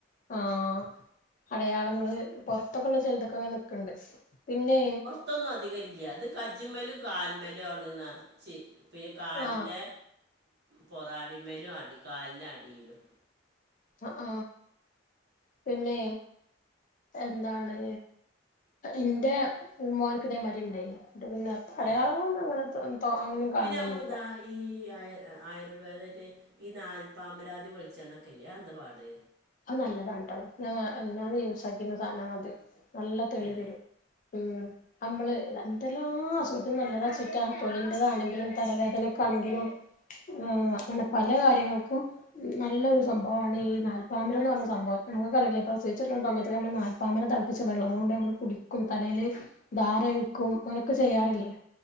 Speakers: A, on the left (about 40°); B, on the right (about 50°).
A: ആഹ അടയാളങ്ങള് പുൊറത്തൊക്കെ ഉള്ള ചെിലുതൊക്കെൊക്കെുണ്ട് പിന്നെ
B: മത്തൊന്നും അധികം ഇല്ല അത് കജി്മലും കാൽമലും ആണ് നറച്ചി പിന്നെ കാലിൻ്റെ
A: ആ
B: പൊറാടിമയിലും അടി കാലിറെ അടിയിലും
A: ആഹ പിന്നെ എന്താണ് എന്റെ പൂമോനക്കിതേ മതിരി ഉണ്ടായി നി എന്നിട്ട്പിന്നെ പടയാളങ്ങളൾൊന്നും
B: ഏ
A: അങ്ങനെ അങ്ങനെ ഒന്നും
B: പിന്നെ
A: കാണൊന്നില്ല
B: നമ്മളിതാ ഈ ആ ആയുർവേദ ഈ നാൽപ്പാമരാതി വെളിച്ചെണ്ണൊക്കെല്ലേ അത് എന്ത പാട്
A: അത് നല്ലതാട്ടോ ഞ ഞാന്ന് യൂസ ആാക്കുന്ന സാധനങ്ങ അത് നല്ല തെളി
B: ഏ
A: വരും ഉം നമ്മള് എന്തെല്ലാം അസുഖത്തിന് നല്ലതാ ചുറ്റാ തൊലിറതാണെങ്കിലും തലവേദനക്കൊണെങ്കിലും ആ അങ്ങനെ പല കാര്യങ്ങൾക്കും നല്ല ഒരു സംഭവാണ് ഈ നാല്പ്പ പാമ്പരന്ന് പറഞ്ഞ സംഭവം നമുക്കറിയില്ല പ്രസവിച്ച് കിടക്കുന്നസമയത്ത് നമ്മ നാൽപ്പാമര തളപ്പ്പിച്ചവെള്ളം കൊണ്ട് നമ്മ കുളിക്കും തലയില് ധാാരഴിക്കും അങ്ങനൊക്കെ ചെയ്യാറില്ലേ